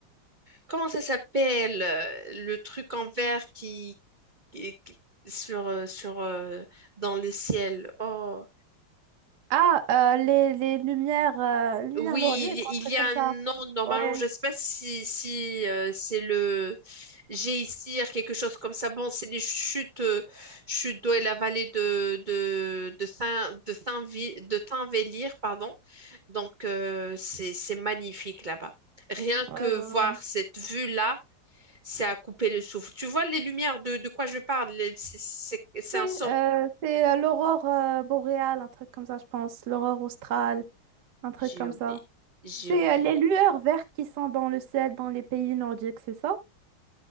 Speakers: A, on the right; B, on the right.
A: Comment ça s'appelle? euh, Le truc en vert qui... qui- qui- sur, euh, sur, euh, dans le ciel. Oh.
B: Ah, euh, les, les lumières, euh, lumières
A: Oui,
B: lourdes, quoi,
A: il
B: un truc
A: y il y
B: comme
A: a un
B: ça.
A: nom normalement.
B: Ouais,
A: Je sais pas si, si euh, c'est le Géisir, quelque chose comme ça. Bon, c'est des chutes, euh, chutes d'eau et la vallée de de de Saint de Saint-Vi- de Tinvellir, pardon. Donc euh, c'est c'est magnifique là-bas. Rien que
B: ouais, ouais. ouais.
A: voir cette vue-là, c'est à couper le souffle. Tu vois les lumières de de quoi je parle. les- C'est c'est- c'est
B: Oui,
A: un sort.
B: euh, c'est euh, l'aurore euh, boréale, un truc comme ça, je pense. L'aurore australe, un truc
A: J'ai
B: comme
A: oublié.
B: ça.
A: J'ai
B: C'est
A: oublié.
B: euh, les lueurs vertes qui sont dans le ciel dans les pays nordiques, c'est ça?